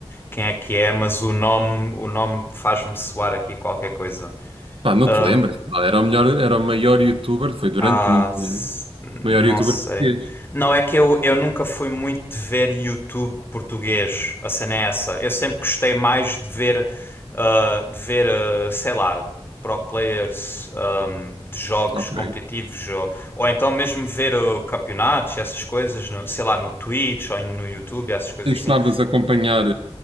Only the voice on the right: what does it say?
Pá, não
te lembras? Pá, era o melhor, era o maior youtuber, foi durante
muito
tempo.
Maior youtuber
português.
Ok.
E costumavas
acompanhar,